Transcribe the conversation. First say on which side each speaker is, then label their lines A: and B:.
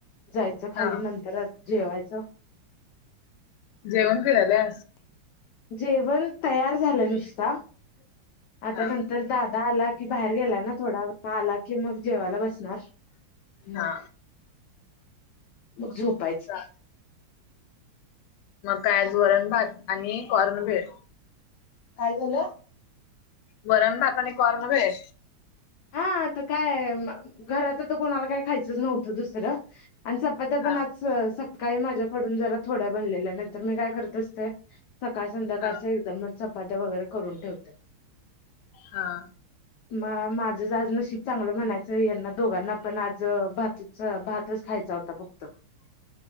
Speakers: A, on the left; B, on the left.
A: जायचं खाली
B: हा
A: नंतरच जेवायचं
B: जेवण फि झालेस
A: जेवण तयार झालं नुसता आता
B: हा
A: नंतर दादा आला कि बाहेर गेलाय ना थोडा आला कि मग जेवायला बसणार मग
B: हा
A: मग झोपायच
B: चा कायज वरण भात आणि कॉर्नभेळ
A: काय झालं?
B: वरणभाता आणि कॉर भेळ
A: हाता काय घरात तर कोणाला काय खायचंच नव्हतं दुसरं आणि चपात्या
B: हा
A: पण आज सकाळी माझ्याकडून जरा थोड्या बनलेल्या नाही तर मी काय करत असते सकाळ संध्याकाळच
B: हा
A: एकदमच चपात्या वगैरे करून ठेवते
B: हा.
A: मग माझं आज नशीब चांगलं म्हणायचं यांना दोघांना पण आज भात भातच खायचा होता फक्त